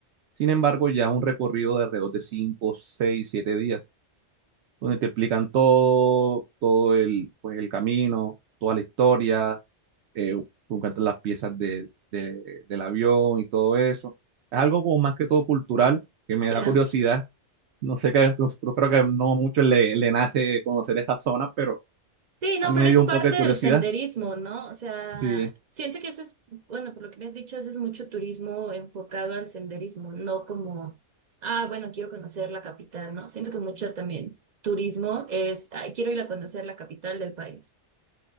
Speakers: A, on the right; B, on the right.
A: sin embargo, ya es un recorrido de alrededor de 5 6 7 días donde te explican todo, todo el, pues, el camino, toda la historia, eh, te encuentras las piezas de- de- del avión y todo eso. Es algo como más que todo cultural, que me da
B: ya.
A: curiosidad. No sé, que, yo creo que no mucho le, le nace conocer esa zona, pero
B: Sí, no,
A: a mí
B: pero
A: me
B: es
A: dio
B: parte
A: un poco de curiosidad.
B: del senderismo, ¿no? O sea,
A: Sí,
B: siento que ese es, bueno, por lo que me has dicho, ese es mucho turismo enfocado al senderismo, no como, ah, bueno, quiero conocer la capital, ¿no? Siento que mucho también turismo es, "Ay, quiero ir a conocer la capital del país.